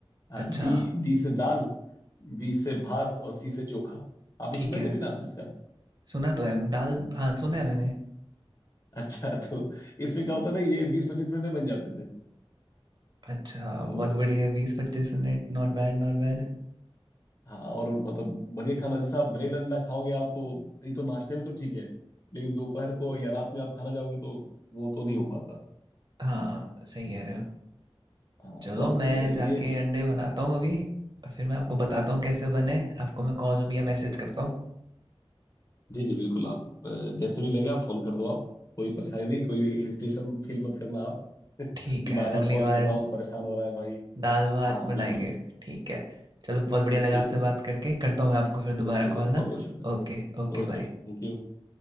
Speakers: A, on the left (about 40°); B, on the right (about 50°).
A: हाँ
B: अच्छा
A: डी डी से दाल बी से भात और सी से चोखा आपने
B: ठीक
A: सुना
B: है
A: है कभी नाम इसका
B: सुना तो है दाल हाँ सुना है मैंने
A: <laughs> अच्छा तो इसमें क्या होता था ये बीस पच्चीस मिनट में बन जाते थे
B: अच्छा बहुत
A: तो
B: बढ़िया है बीस पच्चीस minute not bad not bad
A: हाँ और मतलब बढ़िया खाना जैसे आप ब्रेड अंडा खाओगे आप तो ये तो नाश्ते में तो ठीक है लेकिन दोपहर को या रात में आप खाना जाओगे तो वो तो नहीं हो पाता
B: हाँ सही कह रहे हो
A: हाँ
B: चलो
A: तो आप
B: मैं
A: अ, ये
B: जाके अंडे बनाता हूँ अभी और फिर मैं आपको बताता हूँ कैसे बने आपको मैं कॉल या मैसेज करता हूँ
A: जी जी बिल्कुल आप अ, जैसे भी लगे आप फोन कर दो आप कोई परेशानी नहीं कोई हेजिटेशन फील मत करना आप <laughs> कि
B: ठीक है
A: बार बार
B: अगली
A: कॉल
B: बार
A: कर रहा हूँ परेशान हो रहा है भाई
B: दाल भात
A: हाँ
B: बनाएंगे
A: बिल्कुल
B: ठीक है चलो बहुत बढ़िया लगा
A: ठीक
B: आपसे
A: है भाई
B: बात करके करता हूँ मैं आपको फिर दोबारा
A: जी जी
B: कॉल
A: बहुत
B: ना
A: बहुत शुक्रिया
B: Okay okay
A: ओके
B: bye
A: भाई Thank you